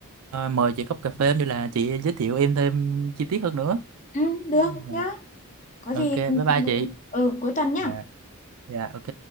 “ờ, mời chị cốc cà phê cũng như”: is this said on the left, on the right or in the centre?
Right